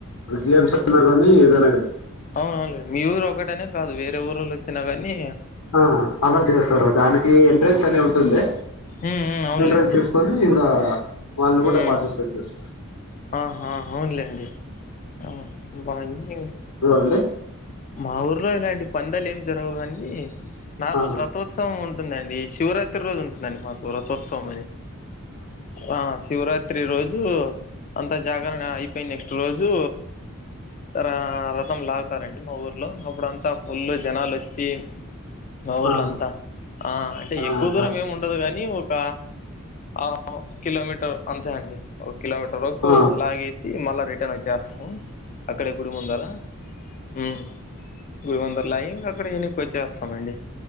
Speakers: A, on the left (about 85°); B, on the left (about 35°).
A: గేమ్స్ ఐన గానీ ఏదైనా గానీ
B: అవునండి మీరు ఒకటనే కాదు వేరే ఊళ్ళొచ్ పిలగనీ
A: ఆ అలా చేస్తారు దానికి ఎంట్రెన్స్ అనే ఉం స్తుందే
B: ఉమ్ ఉమ్ అవునులేండి
A: ఎంట్రెన్స్ తీసుకొని ఇంగా వాళ్ళని గుడ
B: ఉమ్
A: పార్టిసిపేట్ చేస్
B: ఆహా అవునులేండి ఉ బాగుందే
A: అంటే
B: మా ఊర్లో ఇలాంటి పందాలు ఏం జరగవు గనీ నార్మల్
A: ఆ
B: రథోత్సవం టుందండి శివరాత్రి రోజు ఉంటుందండి మాకు రథోత్సవం ఆ శివరాత్రి రోజు అంత జాగరణ అయిపొయిన నెక్స్ట్ రోజు తర రథం లాగుతారండి. మా ఊర్లో అప్పుడంతా ఫుల్లు జనాలొచ్చి మా ఊర్లంతా
A: ఆ
B: ఆ అంటే
A: ఆ,
B: ఎక్కువ దూరమేముండదు గానీ ఒక ఆ కిలోమీటర్ అంతేఅండి ఒ కిలోమీటర్ వరకు
A: ఆ,
B: లాగేసి మళ్ళా రిటర్న్ వచ్చేస్తాం అక్కడెప్పుడు ఉండరా ఉమ్ గువందరలాయి ఇంకక్కడ ఎని ఒచ్చేస్తామండి